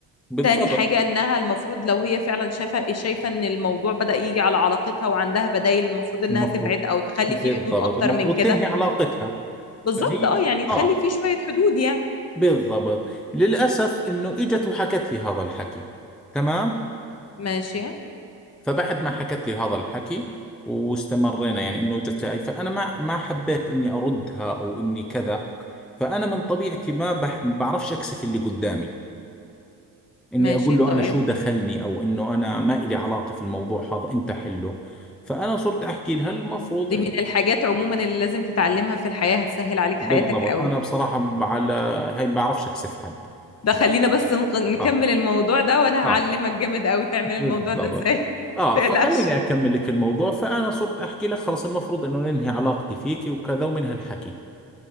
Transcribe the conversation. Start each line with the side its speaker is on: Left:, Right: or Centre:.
Centre: بالضبط
Left: تاني حاجه انها المفروض لو هي فعلا شايفه شايفه ان الموضوع بدأ يجي على علاقتها وعندها بدايل المفروض انها
Centre: المفروض
Left: تبعد او تخلي
Centre: بالضبط
Left: فيه حدود اكتر
Centre: المفروض
Left: من كده
Centre: تنهي علاقتها
Left: بالظبط
Centre: فهي
Left: اه يعني تخلي
Centre: اه
Left: فيه شويه حدود يعني
Centre: بالضبط للأسف انه اجت وحكت لي هذا الحكي تمام
Left: ماشي
Centre: فبعد ما حكت لي هذا الحكي واستمرينا يعني انه اجت هاي فانا ما ما حبيت اني اردها او اني كذا فانا من طبيعتي ما بح- بعرفش اكسف اللي قدامي اني
Left: ماشي
Centre: اقول له
Left: طيب
Centre: انا شو دخلني او انه انا ما إلي علاقة في الموضوع هذا انت حله فانا صرت احكي لها المفروض
Left: دي من الحاجات عموما اللي لازم تتعلمها في الحياه هتسهل عليك
Centre: بالضبط
Left: حياتك قوي
Centre: انا بصراحه على هي ما بعرفش اكسف حد
Left: ده خلينا بس نق- نكمل
Centre: اه
Left: الموضوع ده وانا
Centre: اه
Left: هعلمك جامد قوي تعمل
Centre: بالضبط
Left: الموضوع ده ازاي <laughs>
Centre: اه
Left: تقلقش
Centre: فخليني اكمل لك الموضوع فانا صرت احكي لك خلص المفروض انه ننهي علاقتي فيكي وكذا ومن هالحكي